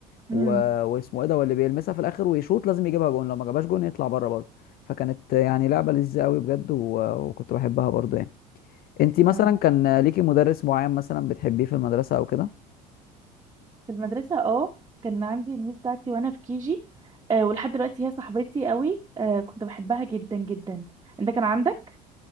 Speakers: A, on the left; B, on the right.
A: و...
B: امم
A: واسمه ايه ده واللي بيلمسها في الاخر ويشوط لازم يجيبها جون لو ما جابهاش جون يطلع بره برضه فكانت آه، يعني لعبه لذيذه قوي بجد و... وكنت بحبها برضه يعني انتي مثلا
B: اه
A: كان ليكي مدرس معين مثلا بتحبيه في المدرسه او كده
B: في المدرسة اه كان عندي الميس بتاعتي وانا في كيجي آه ولحد دلوقتي هي صاحبتي قوي آه كنت بحبها جدا جدا انت كان عندك